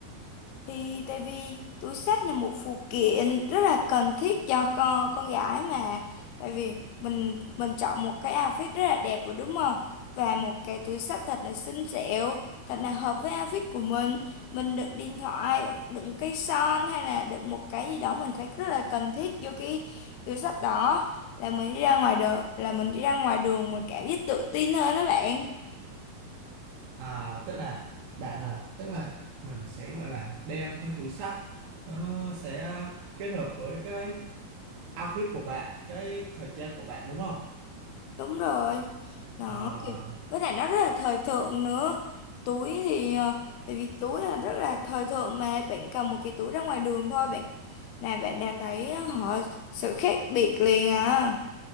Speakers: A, on the left (about 85°); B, on the right (about 75°).
A: Thì tại vì túi xách là một phụ kiện rất là cần thiết cho con, con gái mà. Tại vì mình mình chọn một cái outfit rất là đẹp rồi đúng không? Và một cái túi xách thật là xinh xẻo, thật là hợp với outfit của mình. Mình đựng điện thoại, đựng cây son hay là đựng một cái gì đó mình thấy rất là cần thiết vô cái túi xách đó là mình đi ra ngoài đường, là mình đi ra ngoài đường mình cảm giác tự tin hơn đó bạn.
B: À, tức là bạn à, tức là mình sẽ gọi là đeo cái túi xách, nó sẽ ờ, kết hợp với cái outfit của bạn, cái thời trang của bạn đúng không?
A: Đúng rồi. Nó
B: Ờ,
A: kiểu với lại nó rất là thời thượng nữa. Túi thì ờ, tại vì túi là rất là thời thượng mà bạn cầm một cái túi ra ngoài đường thôi bạn là bạn đã thấy ờ, họ sự khác biệt liền à.